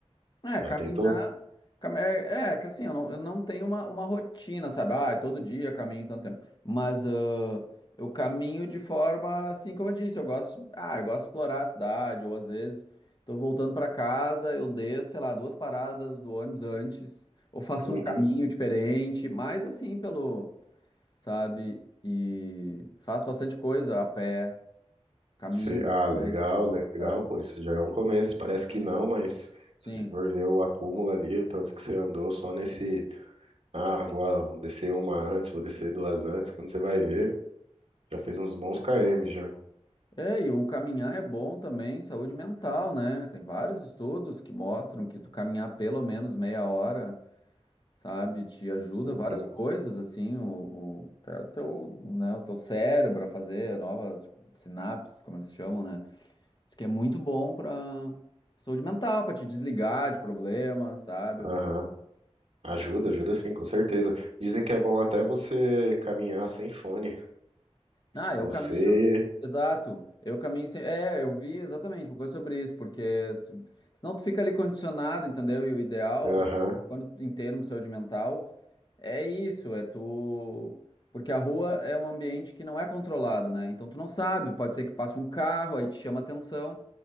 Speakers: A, on the left; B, on the right.
A: É,
B: Já
A: caminhar,
B: tentou?
A: cam- é, é que assim, eu não, eu não tenho uma, uma rotina, sabe? Ah, é todo dia caminho tanto tempo. Mas ah, eu caminho de forma, assim, como eu disse, eu gosto, ah, eu gosto de explorar a cidade, ou às vezes tô voltando pra casa, eu desço, sei lá, duas paradas do ônibus antes, ou faço
B: Uhum.
A: um caminho diferente, mas assim, pelo sabe? E faço bastante coisa a pé, caminho
B: Você-
A: bastante.
B: ah, legal, legal,
A: É,
B: pô, isso já é um começo. Parece que não, mas
A: sim.
B: se você for ver o acúmulo ali, o tanto que você andou só nesse. Ah, vou ah, vou descer uma antes, vou descer duas antes. Quando você vai ver, já fez uns bons km já.
A: É, e o caminhar é bom também, saúde mental, né? Tem vários estudos que mostram que tu caminhar pelo menos meia hora, sabe, te ajuda
B: Uhum.
A: várias coisas, assim, o, o, até o teu, né, o teu cérebro a fazer novas sinapses, como eles chamam, né? Isso que é muito bom pra saúde mental, pra te desligar de problemas, sabe?
B: Aham.
A: Pra-
B: Ajuda, ajuda sim, com certeza. Dizem que é bom até você caminhar sem fone.
A: Ah, eu
B: Você.
A: caminho. Exato. Eu caminho sem. É, eu vi exatamente uma coisa sobre isso, porque se- senão tu fica ali condicionado, entendeu? E o ideal,
B: Aham,
A: quando em termos de saúde mental, é isso, é tu. Porque a rua é um ambiente que não é controlado, né? Então tu não sabe, pode ser que passe um carro, aí te chama atenção.